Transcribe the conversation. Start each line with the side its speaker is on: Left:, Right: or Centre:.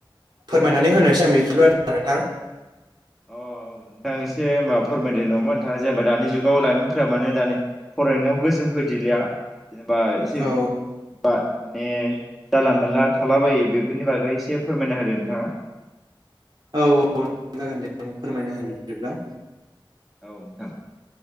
Right: फोरमायनानै होनोसै आं बिदिब्ला नोंथां।
Centre: अ नोंथां एसे होनबा फोरमायदों नङाबा नोंथाङा जेनेबा दानि जुगाव लाइमोनफोरा मानो दानि फरायनायाव गोसो होदिलिया जेनेबा एसे
Right: औ
Centre: बा माने जानला मोनला थालाबायो बेफोरनि बागै एसे फोरमायना होदो नोंथाङा।
Right: औ औ जागोन दे फोरमायना होनि बिदिब्ला।
Centre: औ नोंथां।